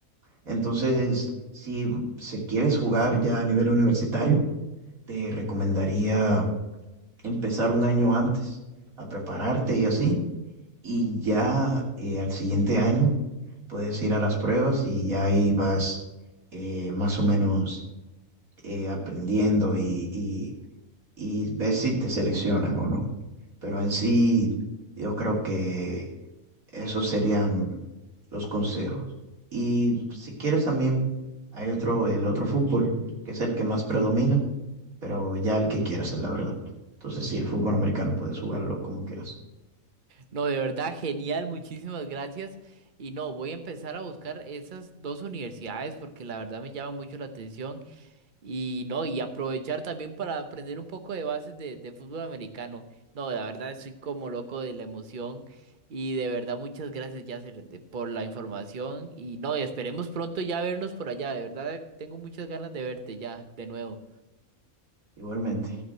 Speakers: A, on the right; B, on the right.
A: Entonces, si se quieres jugar ya a nivel universitario, te recomendaría empezar un año antes a prepararte y así. Y ya eh, al siguiente año puedes ir a las pruebas y ya ahí vas eh, más o menos eh, aprendiendo y, y, y ver si te seleccionan o no. Pero en sí, yo creo que esos serían los consejos. Y si quieres también hay otro, el otro fútbol, que es el que más predomina, pero ya el que quieras es la verdad. Entonces sí, el fútbol americano puedes jugarlo como quieras.
B: No, de verdad, genial, muchísimas gracias. Y no, voy a empezar a buscar esas dos universidades porque la verdad me llama mucho la atención. Y no, y aprovechar también para aprender un poco de bases de, de fútbol americano. No, la verdad estoy como loco de la emoción. Y de verdad, muchas gracias, Yasser, de- por la información. Y no, y esperemos pronto ya vernos por allá. De verdad, tengo muchas ganas de verte ya de nuevo.
A: Igualmente.